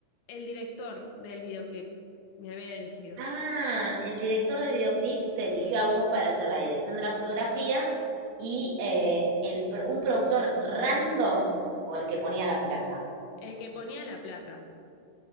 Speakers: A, on the left; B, on the right.
A: el director del videoclip me había elegido.
B: Ah, el director del videoclip te eligió a vos para hacer la dirección de la fotografía y eh, el, pro- un productor random o el que ponía la plata.
A: El que ponía la plata.